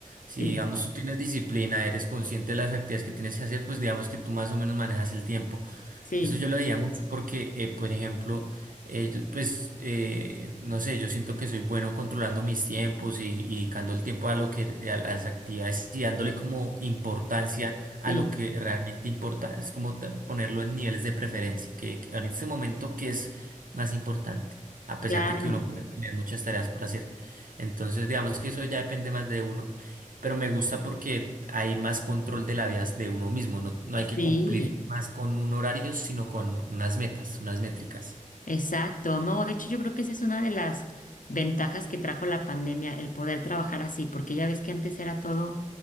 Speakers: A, on the right; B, on the left.
A: Si
B: Sí,
A: digamos tú tienes disciplina, eres consciente de las actividades que tienes que hacer, pues digamos que tú más o menos manejas el tiempo.
B: sí,
A: Eso yo lo veía mucho porque, eh, por ejemplo, eh, yo, pues, eh, no sé, yo siento que soy bueno controlando mis tiempos y, y dedicando el tiempo a lo que, a las actividades y dándole como importancia a
B: sí,
A: lo que realmente importa. Es como ta- ponerlo en niveles de preferencia, que, que en este momento, ¿qué es más importante? A pesar
B: claro,
A: de que uno puede tener muchas tareas por hacer. Entonces, digamos que eso ya depende más de uno pero me gusta porque hay más control de la vida de uno mismo. No, no hay que
B: sí.
A: cumplir más con un horario, sino con unas metas, unas métricas.
B: Exacto, no, de hecho yo creo que esa es una de las ventajas que trajo la pandemia, el poder trabajar así, porque ya ves que antes era todo